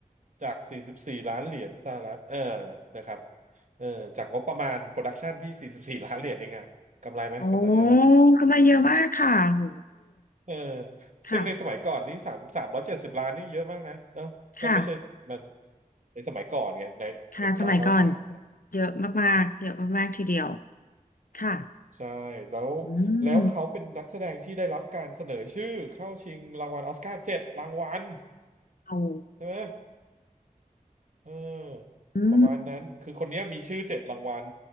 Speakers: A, on the right; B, on the left.
A: จากสี่สิบสี่ล้านเหรียญสหรัฐเออนะครับเออจากงบประมาณโปรดักชันที่สี่สิบสี่ล้านเหรียญเองอ่ะกำไรไหมกำไรเยอะป่ะ
B: โอ้กำไรเยอะมากค่ะโห
A: เออ
B: ค่ะ
A: ซึ่งในสมัยก่อนนี้สามสามร้อยเจ็ดสิบล้านนี่เยอะมากนะเนาะก็ไม่ใช่มัน
B: ค่ะ
A: ในสมัยก่อนไงในหนึ่งเก้าเก้าสาม
B: ค่ะสมัยก่อน เยอะมากๆเยอะมากๆทีเดียวค่ะ
A: ใช่แล้ว
B: อืม
A: แล้วเขาเป็นนักแสดงที่ได้รับการเสนอชื่อเข้าชิงรางวัลออสการ์เจ็ดรางวัล
B: โอ้
A: ใช่ไหม เออ
B: อืม
A: ประมาณนั้นคือคนเนี้ยมีชื่อเจ็ดรางวัล